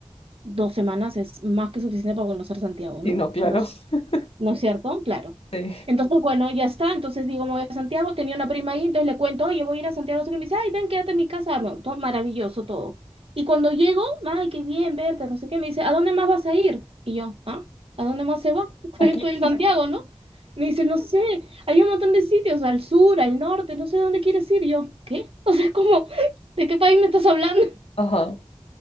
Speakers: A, on the right; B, on the left.
A: dos semanas es más que suficiente para conocer Santiago,
B: Sí,
A: ¿no?
B: no, claro.
A: Es una
B: <laughs>
A: ¿No es cierto? Claro.
B: Sí.
A: Entonces, bueno, ya está. Entonces digo, me voy a Santiago. Tenía una prima ahí, entonces le cuento, oye, voy a ir a Santiago. no sé qué. Me dice, ay, ven, quédate en mi casa. Bueno, todo maravilloso todo. Y cuando llego, ay, qué bien verte, no sé qué. Me dice, ¿a dónde más vas a ir? Y yo, ¿ah? ¿A dónde más se va? <laughs> Estoy,
B: Aquí.
A: estoy en
B: <laughs>
A: Santiago, ¿no? Me dice, no sé, hay un montón de sitios, al sur, al norte, no sé dónde quieres ir. Y yo, ¿qué? O sea, es como, ¿de qué país me estás hablando?
B: Ajá.